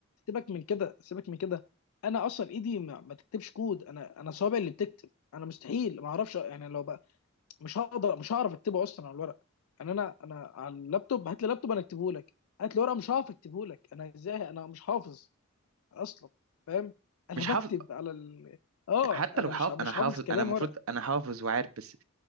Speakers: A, on the left; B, on the right.
A: سيبك من كده سيبك من كده انا اصلا ايدي ما, ما تكتبش كود انا انا صوابعي اللي بتكتب انا مستحيل ما اعرفش يعني لو بقى مش هقدر مش هعرف اكتبه اصلا على الورق يعني انا انا على اللابتوب هات لي لابتوب انا اكتبه لك هات لي ورقه مش هعرف اكتبه لك انا ازاي انا مش حافظ اصلا فاهم <laughs> انا
B: مش
A: بكتب
B: حافظ
A: على ال... اه
B: حتى
A: انا
B: لو حافظ
A: مش ح- مش
B: انا حافظ
A: حافظ كلام
B: انا المفروض
A: ورقه
B: انا حافظ وعارف بس